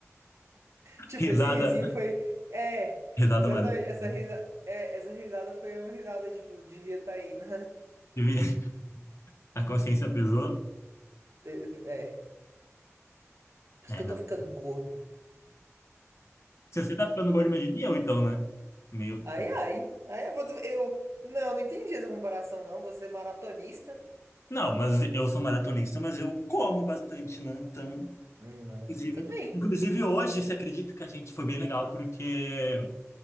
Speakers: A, on the right; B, on the left.
A: Tipo,
B: Risada,
A: esse risinho foi. É,
B: risada
A: exatamente.
B: maravilhosa.
A: Essa risa... é, essa risada foi uma risada, tipo, devia estar tá indo.
B: Eu vi- <laughs> A consciência pesou.
A: <laughs> Pe- pe- É, por
B: É,
A: isso que eu
B: não.
A: tô ficando gordo.
B: Se você tá ficando gordo, imagine eu, então, né? Meu Deus.
A: Ai, ai. Ai, eu. eu- Não, não entendi essa comparação, não. Você é maratonista?
B: Não, mas eu sou maratonista, mas eu como bastante, né? Então.
A: Hum,
B: Inclusive,
A: eu também.
B: inclusive hoje, você acredita que a gente foi bem legal, porque